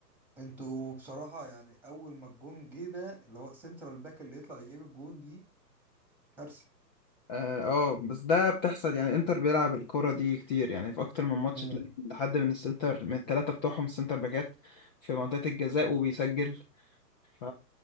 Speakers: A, in the centre; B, on the left.
A: انتوا بصراحة يعني أول ما الجون جه ده اللي هو سنترال باك اللي يطلع يجيب الجون دي كارثة
B: اه آه، بس ده بتحصل يعني انتر بيلعب الكرة دي كتير يعني في اكتر من ماتش
A: مم.
B: تلاقي حد من السنتر من الثلاثة بتوعهم السنتر باكات في منطقة الجزاء وبيسجل ف